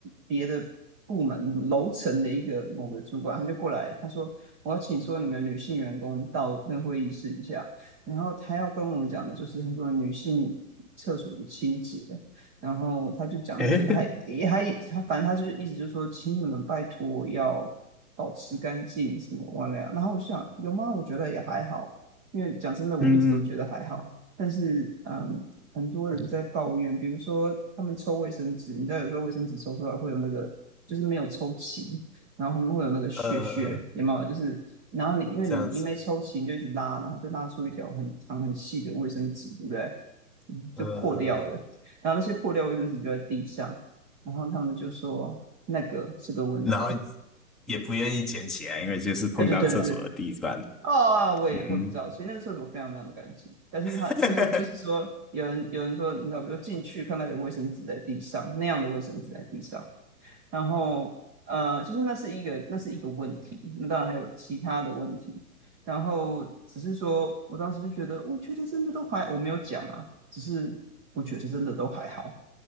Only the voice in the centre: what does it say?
诶，
嗯。
呃，
这样子，
呃，
然后也不愿意捡起来，因为就是碰到厕所的地板了。
嗯，
<laughs>